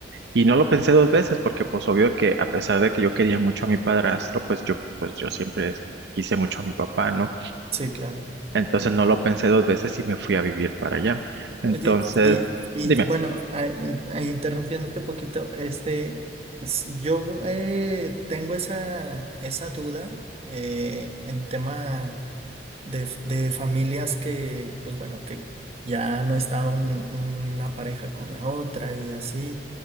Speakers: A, on the right; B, on the right.
A: Y no lo pensé dos veces porque pues obvio que a pesar de que yo quería mucho a mi padrastro, pues yo, pues yo siempre quise mucho a mi papá, ¿no?
B: sí, claro.
A: Entonces no lo pensé dos veces y me fui a vivir para allá. Entonces,
B: Oye, y, y
A: dime,
B: bueno, a- a- interrumpiéndote poquito, este, s- yo eh, tengo esa, esa duda eh, en tema de, f- de familias que, pues bueno, que ya no está un- una pareja con la otra y así,